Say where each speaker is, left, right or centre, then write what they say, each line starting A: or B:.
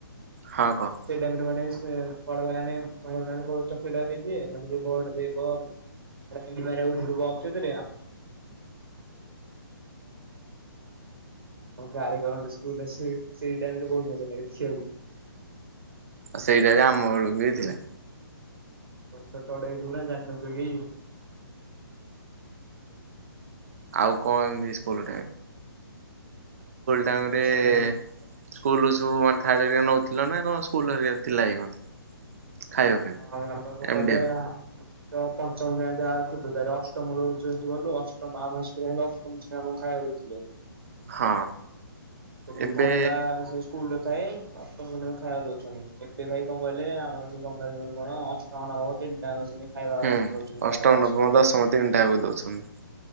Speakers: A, on the right (about 40°); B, on the right (about 85°).
A: ହଁ କହ
B: ସେଇଟାଇମ୍ ରେ ମାନେ ସେ ବଡ ଭାଇ ଭଉଣୀ ମାନେ ଚକ୍ଲେଟ ଦେଇଦେବେ ଭୋଟ୍ ଦେବ। <unintelligible> ଲାଇନ ମାରନ୍ତି ଭାଇତାଙ୍କୁ ଗାଲି କରନ୍ତି ସ୍କୁଲରେ ସେ ସେଇ ଟାଇମରେ ବହୁତ ମଜା ଲାଗେ ଦେଖିବାକୁ।
A: ସେଇଟା ବି ଆମ ବେଳକୁ ବି ଥିଲା।
B: ଛୋଟଟେ ହେଇଥିବୁ ନା ଜାଣନଥିଲି।
A: ଆଉ କଣ ଏମିତି ସ୍କୁଲ ଟାଇମରେ?
B: ସ୍କୁଲ
A: ସ୍କୁଲ ସବୁ ମାନେ ଥାଳି ହରିକା ନଉଥିଲ ନା କଣ ସ୍କୁଲ ହରିକାରେ ଥିଲା କି କଣ? ଖାଇବା ପାଇଁ
B: ହଁ <unintelligible> ତ
A: ଏମ ଡି ଏମ
B: ପଞ୍ଚମ ଯାଏ ଯାହା ଥିଲୁ ତାପରେ ଅଷ୍ଟମ ବେଳୁ ଯେହେତୁ ଗଲୁ ଅଷ୍ଟମଟା ଆମ ସ୍କୁଲରେ ଅଷ୍ଟମ ଶେ ନା ଆମକୁ ଖାଇବାକୁ ଦୋଉଥୁଲେ।
A: ହଁ।
B: ସେଠି
A: ଏବେ
B: ଥାଳି ହେକା ସେଇ ସ୍କୁ ସ୍କୁଲରେ ଥାଏ <unintelligible> ଖାଇବାକୁ ଦୋଉଛନ୍ତି ଏବେ ଭାଇ କଣ କହିଲେ ଆମର ସେଇ କମ୍ପାନୀରୁ କଣ କଣ <unintelligible> ତିନିଟା ଆକ ସେମତି ଖାଇବା
A: ହୁଁ
B: ଦୋଉଛନ୍ତି
A: ଅଷ୍ଟମ
B: ଖାଇବାକୁ ହାଇ
A: ନବମ
B: ସ୍କୁଲରେ।
A: ଦଶମ ତିନିଟାକୁ ଦଉଛନ୍ତି